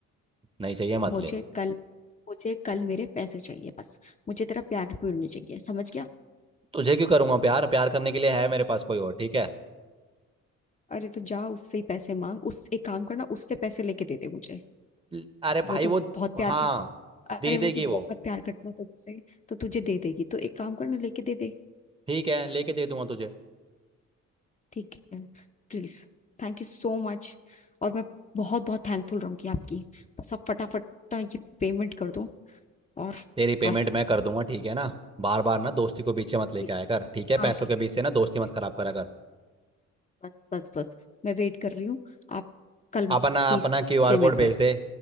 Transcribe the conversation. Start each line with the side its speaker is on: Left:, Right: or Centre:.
Right: नहीं चाहिए मत
Left: मुझे
Right: ले
Left: कल मुझे कल मेरे पैसे चाहिए बस मुझे तेरा प्यार पूरी नहीं चाहिए समझ गया
Right: तुझे क्यों करूंगा प्यार प्यार करने के लिए है मेरे पास कोई और ठीक है
Left: अरे तो जा उससे ही पैसे मांग उस एक काम करना उससे पैसे लेके दे दे मुझे
Right: ल- अरे
Left: वो
Right: भाई
Left: तो
Right: वो
Left: बहुत प्यार
Right: हाँ
Left: करता अरे
Right: दे
Left: वो
Right: देगी
Left: तो
Right: वो
Left: बहुत प्यार करता है तुझसे तो तुझे दे देगी तो एक काम करना लेके दे दे
Right: ठीक है लेके दे दूंगा तुझे
Left: ठीक है please thank you so much और मैं बहुत बहुत थैंकफुल रहूंगी आपकी बस आप फटाफट ना ये पेमेंट कर दो और
Right: तेरी पेमेंट
Left: बस
Right: मैं कर दूंगा ठीक है ना बार बार ना दोस्ती को बीच में मत लेके
Left: ठीक
Right: आया
Left: है
Right: कर ठीक है
Left: हाँ
Right: पैसों
Left: ठीक
Right: के
Left: है
Right: बीच
Left: ठीक
Right: से ना दोस्ती मत
Left: है ठीक
Right: खराब
Left: है।
Right: करा कर
Left: बस बस बस मैं वेट कर रही हूँ आप कल
Right: अपना
Left: प्लीज
Right: अपना क्यूआर
Left: पेमेंट
Right: कोड भेज
Left: कर
Right: दे